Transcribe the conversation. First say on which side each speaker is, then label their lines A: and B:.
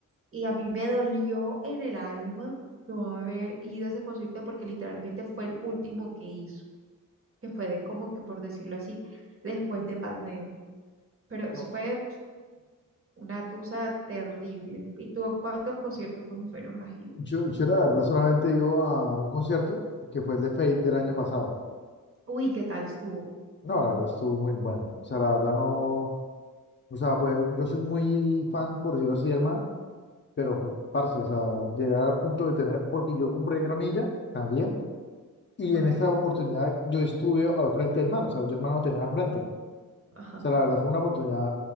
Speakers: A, on the right; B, on the left.
A: Y a mí me dolió en el alma no haber ido a ese concierto porque literalmente fue el último que hizo, que fue de como que por decirlo así, después de pandemia. Pero
B: No.
A: eso fue una tusa terrible. ¿Y tú a cuántos conciertos más o menos has ido?
B: Yo, yo la verdad solamente he ido a un concierto que fue el de Fate del
A: Ok.
B: año pasado.
A: Uy, ¿qué tal estuvo?
B: No, la verdad estuvo muy bueno. O sea, la verdad no. O sea, pues yo soy muy fan, por decirlo así, hermano Pero, parce, o sea, llegar al punto de tener, porque yo compré gramilla también, y
A: Ok,
B: en esta oportunidad yo estuve al frente del hermano, o sea, yo hermano lo tenía al frente.
A: ajá,
B: O sea, la verdad fue una oportunidad,